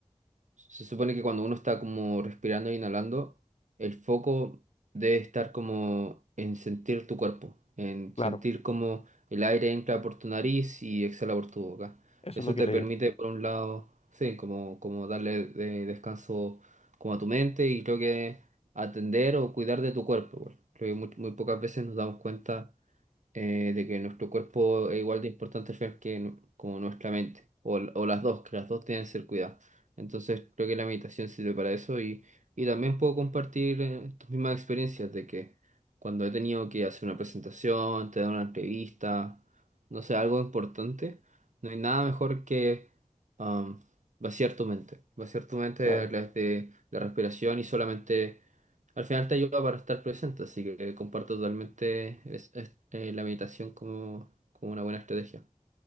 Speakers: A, on the right; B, on the left.
A: se supone que cuando uno está como respirando e inhalando, el foco debe estar como en sentir tu cuerpo, en
B: Claro,
A: sentir como el aire entra por tu nariz y exhala por tu boca.
B: eso
A: Eso
B: es lo que
A: te
B: le
A: permite,
B: digo,
A: por un lado, sí, como, como darle de- descanso como a tu mente y creo que atender o cuidar de tu cuerpo. igual. Creo que muy, muy pocas veces nos damos cuenta eh, de que nuestro cuerpo es igual de importante al final que nu- como nuestra mente, o, l- o las dos, que las dos tienen que ser cuidadas. Entonces creo que la meditación sirve para eso y, y también puedo compartir eh, tus mismas experiencias de que cuando he tenido que hacer una presentación, te dar una entrevista, no sé, algo importante, no hay nada mejor que am, vaciar tu mente, vaciar tu mente
B: claro.
A: a través de la respiración y solamente al final te ayuda para estar presente, así que comparto totalmente es- es- eh, la meditación como, como una buena estrategia.